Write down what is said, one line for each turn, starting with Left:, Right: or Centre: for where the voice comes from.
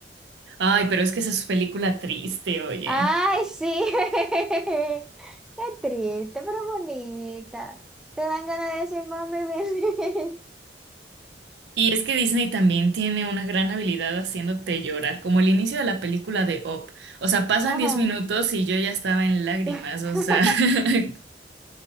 Right: Ay, pero es que esa es película triste, oye.
Centre: Ay, sí. <laughs> Qué triste, pero bonita. Te dan ganas de decir, mami, ven.
Right: Y es que Disney también tiene una gran habilidad haciéndote llorar, como el inicio de la película de Up. O sea, pasan
Centre: <laughs> Ajá.
Right: 10 minutos y yo ya estaba en lágrimas,
Centre: <laughs>
Right: o sea. <laughs>